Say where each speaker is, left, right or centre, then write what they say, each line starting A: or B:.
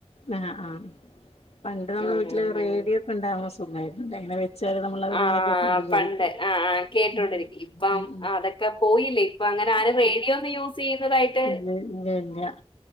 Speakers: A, on the left; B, on the left.
A: ആഹ് ആഹ് പണ്ട് നമ്മള
B: ഉം
A: വീട്ടില്
B: ഉം
A: റേഡിയോ
B: ഉം
A: ഒക്കെണ്ടാവുമ്പ സുഖാര്ന്ന്ല്ലെ ങ്ങനെ വ ച്ചാല് നമ്മളത്
B: ആ
A: ഇങ്ങനെ കേട്ട് <unintelligible>
B: പണ്ട് ആ ആ കേട്ടോണ്ടിരിക്കും
A: ഉം
B: ഇപ്പം
A: ഉം ഉം.
B: അതൊക്കെ പോയില്ലേ ഇപ്പൊ അങ്ങനെ ആരും
A: ഉം
B: റേഡിയോ ഒന്നും യൂസ് ചെയ്യുന്നതായിട്ട്
A: ഇല്ല ഇല്ല ഇല്ല.